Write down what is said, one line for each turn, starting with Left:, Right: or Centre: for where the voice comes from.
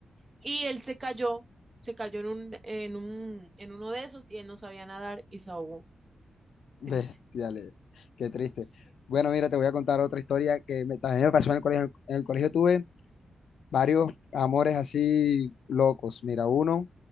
Right: Y él se cayó, se cayó en un, en un, en uno de esos y él no sabía nadar y se ahogó.
Left: Bestiales,
Right: Triste.
Left: qué triste.
Right: Sí,
Left: Bueno, mira, te voy a contar otra historia que me- también me pasó en el colegio. En el colegio tuve varios amores así locos. Mira, uno